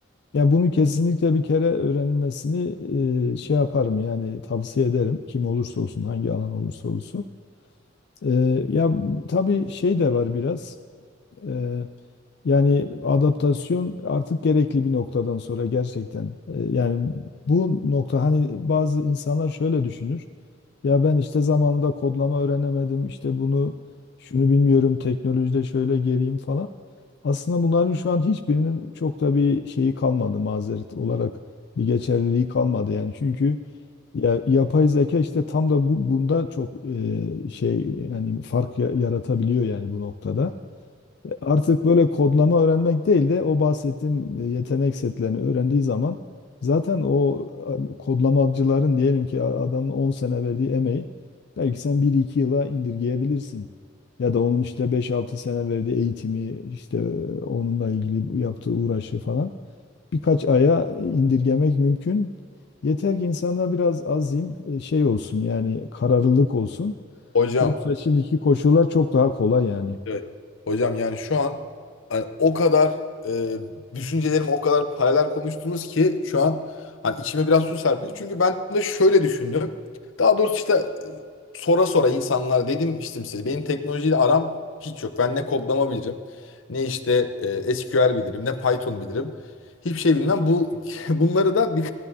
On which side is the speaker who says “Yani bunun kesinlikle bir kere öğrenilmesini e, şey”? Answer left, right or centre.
Left